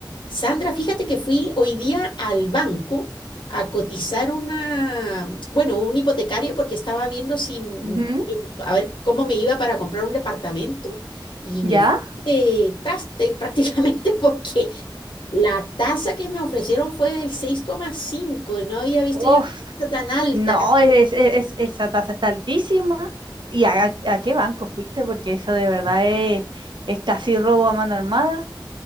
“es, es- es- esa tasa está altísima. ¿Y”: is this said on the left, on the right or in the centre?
Right